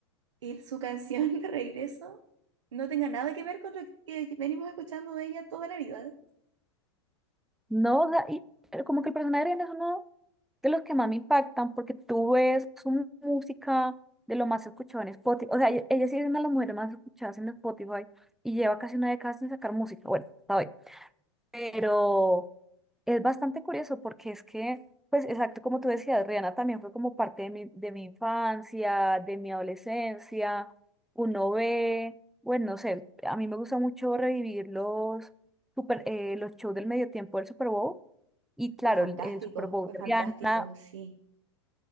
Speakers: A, on the right; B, in the centre.
A: y su canción <laughs> regreso no tenga nada que ver con lo que venimos escuchando de ella toda la vida.
B: No, da- y pero como que el personaje de Ariana es uno de los que más me impactan porque tú ves su música de lo más escuchado en Spotify. O sea, ella, ella sí es una de las mujeres más escuchadas en Spotify y lleva casi una década sin sacar música. Bueno, hasta hoy pero es bastante curioso porque es que, pues exacto como tú decías, Rihanna también fue como parte de mi, de mi infancia, de mi adolescencia, uno ve, bueno, no sé, a mí me gusta mucho revivir los, super, eh, los shows del medio tiempo del Super Bowl. Y claro,
A: Fue fantástico,
B: el, el Super Bowl
A: fue
B: de
A: fantástico,
B: Rihanna
A: sí.